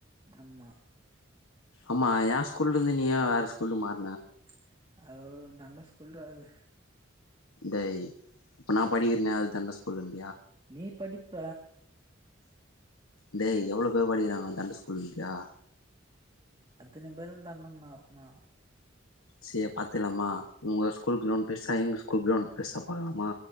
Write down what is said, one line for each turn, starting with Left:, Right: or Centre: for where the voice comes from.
Right: ஆமா
Left: ஆம்மா எ ஸ்கூல்ல இருந்து நீ ஏ வேற ஸ்கூல் மாத்
Right: ச் அது ஒர் தண்ட ஸ்கூல்றா அது
Left: டேய் அப்ப நா படிக்றனே அது தண்ட ஸ்கூலுன்றியா
Right: நீ படிப்ப
Left: டேய் எவ்ளோ பேர் படிக்றாங்கோ தண்ட ஸ்கூலுன்றியா
Right: அத்தன பேரு தண்டொந்தா அப்னா
Left: சே பாத்திர்லாமா உங்க ஸ்கூல் க்ரௌண்ட் பெர்சா எங்க ஸ்கூல் க்ரௌண்ட் பெர்சா பாக்லாமா